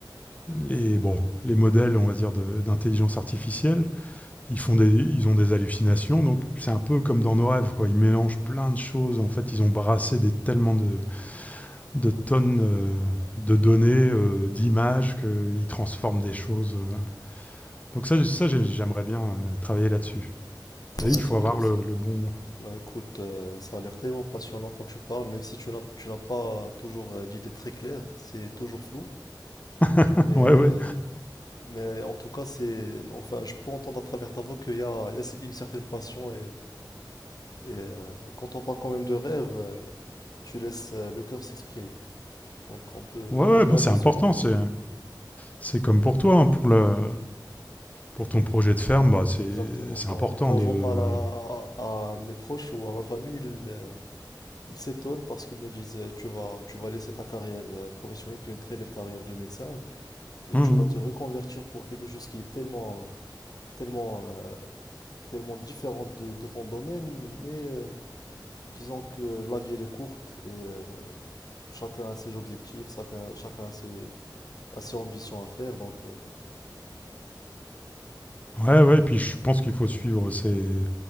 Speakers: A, on the left; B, on the left.
A: les bon, les modèles, on va dire, de d'intelligence artificielle. Ils font des ils ont des hallucinations, donc c'est un peu comme dans nos rêves, quoi. Ils mélangent plein de choses. En fait, ils ont brassé des tellement de de tonnes, heu, de données, heu, d'images qu'ils transforment des choses, heu donc ça, j'ai- ça, j'ai j'aimerais bien, heu, travailler là-dessus.
B: Quand
A: Mais il
B: même,
A: faut
B: ça
A: avoir
B: de ça.
A: le, le bon.
B: Bah, écoute, euh, ça a l'air tellement passionnant quand tu parles, même si tu n'as tu n'as pas toujours euh, d'idées très claires, c'est toujours flou.
A: <laughs>
B: Mais,
A: ouais,
B: euh,
A: ouais.
B: mais en tout cas, c'est, enfin, je peux entendre à travers ta voix qu'il y a, il y a une certaine passion et, et, euh, quand on parle quand même de rêve, euh, tu laisses euh, le cœur s'exprimer. Donc on peut,
A: Ouais, ouais,
B: on peut
A: bah,
B: apercevoir
A: c'est important.
B: tout
A: C'est,
B: ça.
A: c'est comme pour toi, hein, pour, le, pour ton projet de ferme, bah, c'est,
B: Exactement.
A: c'est
B: Bon,
A: important
B: quand
A: de.
B: j'en parle à, à- à mes proches ou à ma famille, ils, euh, ils s'étonnent parce qu'ils me disent, euh, tu vas, tu vas laisser ta carrière euh, professionnelle, qui est une très belle carrière de médecin, et
A: Mhm.
B: tu vas te reconvertir pour quelque chose qui est tellement, tellement, euh, tellement différent de, de ton domaine. Mais euh, disons que la vie, elle est courte et euh, chacun a ses objectifs, chacun, chacun a ses, a ses ambitions à faire. Donc, euh,
A: Ouais, ouais. Et puis je pense qu'il faut suivre ses,